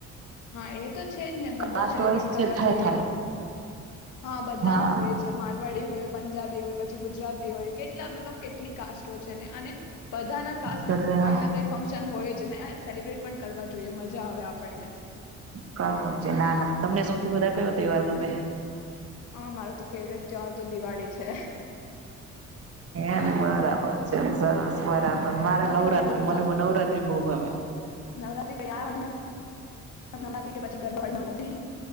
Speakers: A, on the left (about 85°); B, on the right (about 50°).
A: હા એ તો છે જ ને બધા
B: કાસ્ટ
A: સેલિબ્રેટ
B: વાઇઝ છે
A: કરવા
B: થાય
A: જોઈએ
B: થાય
A: હા બધા
B: હા
A: ના હોય છે મારવાડી હોય પંજાબી હોય પછી ગુજરાતી હોય કે કેટ મતલબ કેટલી કાસ્ટો છે તેને અને બધા ના કાસ્ટ
B: એટલે
A: ના કઈ ના કંઈ ફંક્શન હોય સેલિબ્રેટ પણ કરવા જોઈએ મજા આવે આપણને
B: કરવું છે ના ના તમને થી બધા કયો તહેવાર ગમે
A: હા મારો તો ફેવરેટ તહેવાર તો દિવાળી છે
B: એમ બરાબર છે એમ સરસ બરાબર મારે
A: દિવાળીમાં
B: નવરાત્રી
A: બહુ મજા
B: મને
A: આવે પણ
B: નવરાત્રી બહુ ગમે
A: નવરાત્રી કયા વાળી નવરાત્રી કે પછી ગરબા વાળી નવરાત્રી